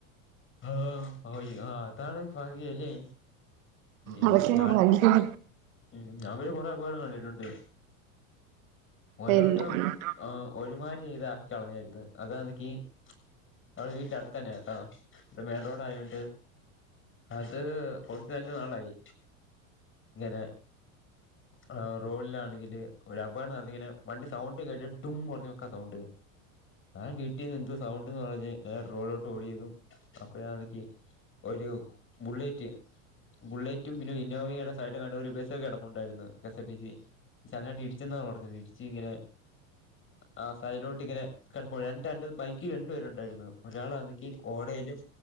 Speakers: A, on the left (about 30°); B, on the right (about 75°).
A: ആ അയ്ഒ ആ അതാണ് ഭാഗ്യഅല്ലേ അയ്യോ
B: അതൊക്കെയാണ്
A: ഞാനൊരു
B: ഭാഗ്യം
A: ഉം ഞാനൊരു കൊറെ അപകടം കൊണ്ടിട്ടൊണ്ട് ഒരുവട്ടം
B: പിന്നെ
A: ആ ഒരുമാരി ഇതാക്കി കളഞ്ഞാഇത് അതാന്നെങ്കി അത് വീട്ന്റെ അടുത്തന്നെട്ടാ ത് മേൻ റോഡായോണ്ട് അത് കൊറച്ചുനല്ലനാളായി ഇങ്ങനെ ആ റോഡ്ലാണെങ്കില് ഒരപകടം നടന്നിങ്ങനെ വണ്ടി സൗണ്ട് കേട്ട് ഡും ഒറഞ്ഞുവെക്കാ സൗണ്ട് ഞാൻ വീട്ടീന്ന് എന്തോ സൗണ്ട്ന്ന് പറഞ്ഞ് നേരെ റോഡ്ലോട്ടോടിയതും അപ്പഴാന്നെക്കി ഒരു ബുള്ളറ്റ് ബുള്ളറ്റും പിന്നെഒ ഇന്നോവയുടെ സൈഡ്കാണ്ട് ഒരു ബസ്സുകെട പ്പുണ്ടായിരുന്നു കെസ് ആർ ടിസി <unintelligible> ഇടിച്ചെന്നാ പറഞ്ഞത് ഇടിച്ച് ഇങ്ങനെ ആഹ് സൈലോട്ടിങ്ങനെ കടപ്പോൺ രണ്ടാൺണ്ട് ബൈക്ക് രണ്ടു പേരുണ്ടായിരുന്നു ഒരാളാന്നെങ്കി ഓടയിലും